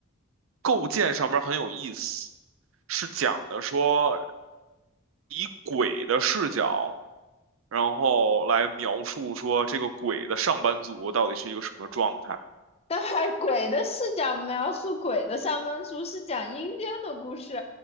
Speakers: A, on the right; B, on the left.
A: 构建上面很有意思，是讲的说以鬼的视角，然后来描述说这个鬼的上班族到底是一个什么状态。
B: 待会儿 <laughs> 鬼的视角描述鬼的上班族，是讲阴间的故事。